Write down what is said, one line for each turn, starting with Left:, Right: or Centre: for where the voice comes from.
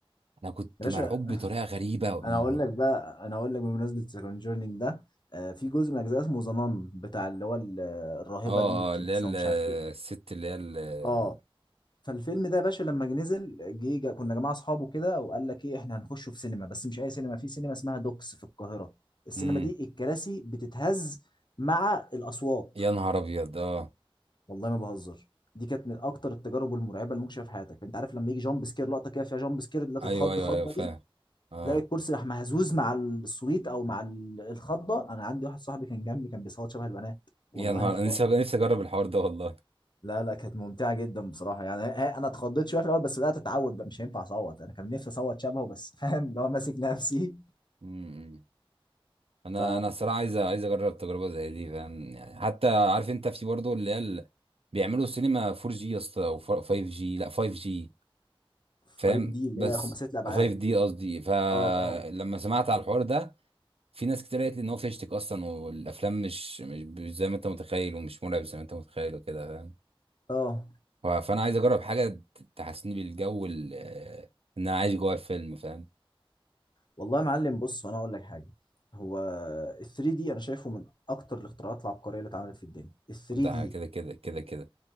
Right: انا كنت
Left: يا باشا
Right: مرعوب بطريقه غريبه الم...
Left: انا اقول لك بقى انا اقول لك بمناسبه الكونجورنينج ده آه، في جزء من اجزاء اسمه ذا نان بتاع اللي هو ال- الراهبه
Right: اه
Left: دي والكنيسه
Right: اه اللي هي ال-
Left: ومش
Right: الست
Left: عارف ايه
Right: اللي هي ال-
Left: اه فالفيلم ده يا باشا لما جه نزل جه جه- كنا جماعه اصحابه كده وقال لك ايه احنا هنخشه في سينما بس مش اي سينما في سينما اسمها دوكس في القاهره السينما
Right: امم
Left: دي الكراسي بتتهز مع الاصوات
Right: يا نهار ابيض اه
Left: والله ما بهزر دي كانت من اكتر التجارب المرعبه اللي ممكن تشوفها في حياتك انت عارف لما يجي جامب سكير لقطه كده فيها جامب سكير اللي تتخض
Right: ايوه ايوه
Left: خضه
Right: ايوه فاهم
Left: دي
Right: اه
Left: تلاقي الكرسي راح مهزوز مع الصويت او مع ال- الخضه انا عندي واحد صاحبي كان جنبي كان بيصوت شبه البنات والله
Right: يا نهار
Left: مش
Right: انا
Left: بقى
Right: نفسي نفسي اجرب الحوار ده والله
Left: لا لا كانت ممتعة جدا بصراحة يعني هي- انا اتخضيت شوية في الاول بس بدأت اتعود بقى مش هينفع اصوت انا كان نفسي اصوت شبهه بس <laughs> فاهم اللي هو ماسك نفسي
Right: امم انا
Left: ف
Right: انا الصراحه عايز عايز اجرب تجربه زي دي فاهم يعني حتى عارف انت في برضه اللي هي ال- بيعملوا سينما 4 جي يا اسطى او 5 جي لا 5 جي فاهم
Left: 5 دي اللي
Right: بس
Left: هي خماسية الابعاد
Right: 5 دي قصدي فلما
Left: اه اه
Right: سمعت على الحوار ده في ناس كتير قالت لي ان هو فيشتك اصلا والافلام مش مش مش زي ما انت متخيل ومش مرعب زي ما انت متخيل وكده فاهم
Left: اه
Right: ف- فانا عايز اجرب حاجه ت- تحسسني بالجو ال- آه، ان انا عايش جوه الفيلم فاهم
Left: والله يا معلم بص وانا اقول لك حاجة هو ال 3 دي انا شايفه من اكتر الاختراعات العبقرية اللي اتعملت في الدنيا ال 3
Right: ده
Left: دي
Right: كده كده كده كده